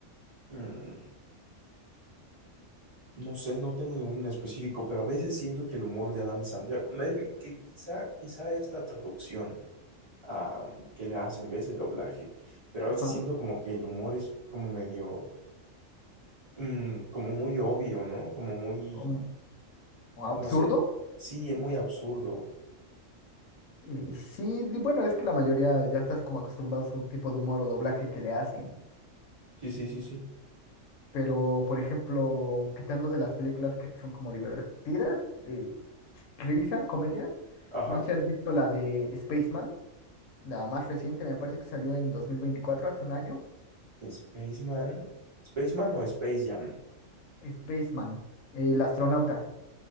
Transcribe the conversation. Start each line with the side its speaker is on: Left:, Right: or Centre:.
Right: mm, no sé, no tengo ninguno en específico, pero a veces siento que el humor de Adam Sandler, o maybe- que quizá, quizá es la traducción ah, que le hacen, ¿ves? El doblaje, pero
Left: Ajá.
Right: a veces siento como que el humor es como medio mm, como muy obvio, ¿no? Como muy,
Left: como absurdo?
Right: no sé, sí, es muy absurdo.
Left: Eh, sí, di- bueno, es que la mayoría ya estás como acostumbrado a su tipo de humor o doblaje que le hacen.
Right: Sí, sí, sí, sí.
Left: Pero, por ejemplo, quitando de las películas que son como divertidas, de risa, comedia,
Right: Ajá.
Left: no sé si has visto la de Spaceman. La más reciente me parece que salió en 2024, hace un año.
Right: Spaceman. ¿Spaceman o Space Jam?
Left: Spaceman, el astronauta.